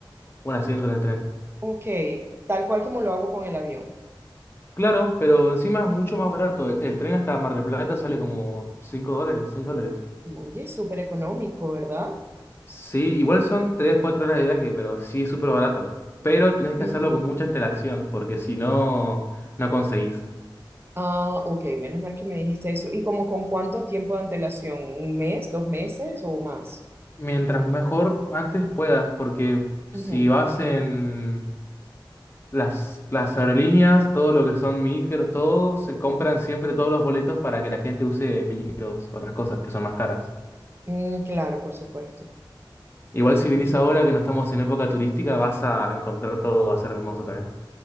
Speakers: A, on the left; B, on the right.
A: un asiento en el tren.
B: ok. Tal cual como lo hago con el avión.
A: Claro, pero encima es mucho más barato. El, el tren hasta Mar del Plata sale como 5 dólares, 6 dólares.
B: Oye, súper económico, ¿verdad?
A: Sí, igual son tres cuatro horas de viaje, pero sí es súper barato. Pero tenés
B: Ujú.
A: que hacerlo con mucha antelación, porque si no, no conseguís.
B: Ah, ok, menos mal que me dijiste eso. ¿Y como con cuánto tiempo de antelación? ¿Un mes, dos meses o más?
A: Mientras mejor antes puedas, porque
B: Ujú.
A: si vas en las, las aerolíneas, todo lo que son micros, todo, se compran siempre todos los boletos para que la gente use micros, otras cosas que son más caras.
B: Mm, claro, por supuesto.
A: Igual si vinís
B: Ya.
A: ahora que no estamos en época turística, vas a encontrar todo, va a ser hermoso también.